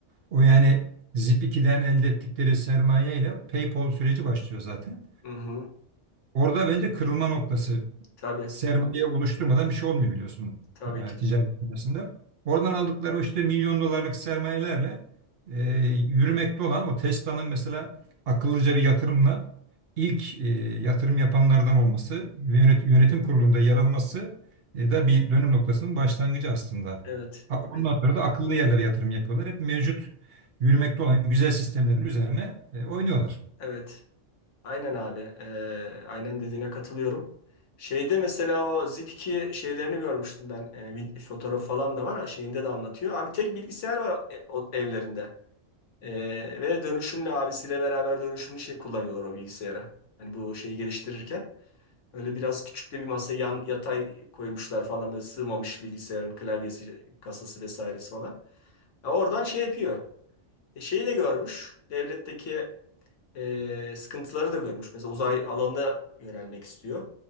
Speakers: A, on the right; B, on the left.
A: O yani zip ikiden elde ettikleri sermaye ile PayPal süreci başlıyor zaten.
B: Hı hı.
A: Orada bence kırılma noktası.
B: Tabii.
A: Sermaye oluşturmadan bir şey olmuyor biliyorsun
B: Tabii
A: e,
B: ki.
A: ticaret dünyasında. Oradan aldıkları o işte milyon dolarlık sermayelerle e, yürümekte olan o Tesla'nın mesela akıllıca bir yatırımla ilk e, yatırım yapanlardan olması ve yönet- yönetim kurulunda yer alması e, da bir dönüm noktasının başlangıcı aslında.
B: Evet.
A: A- Ondan
B: Aynen.
A: sonra da akıllı yerlere yatırım yapıyorlar. Hep mevcut yürümekte olan güzel sistemlerin üzerine e, oynuyorlar.
B: Evet. Aynen abi. Ee, aynen dediğine katılıyorum. Şeyde mesela o Zip2 şeylerini görmüştüm ben. Ee, vid- fotoğraf falan da var. ha, Şeyinde de anlatıyor. Abi tek bilgisayar var e, o evlerinde. Ee, ve dönüşümlü abisiyle beraber dönüşümlü şey kullanıyorlar o bilgisayara. Hani bu şeyi geliştirirken. Öyle biraz küçük de bir masa yan yatay koymuşlar falan böyle sığmamış bilgisayarın klavyesi, kasası vesairesi falan. Ya oradan şey yapıyor. E, şeyi de görmüş. Devletteki e, sıkıntıları da görmüş. Mesela uzay alanına yönelmek istiyor.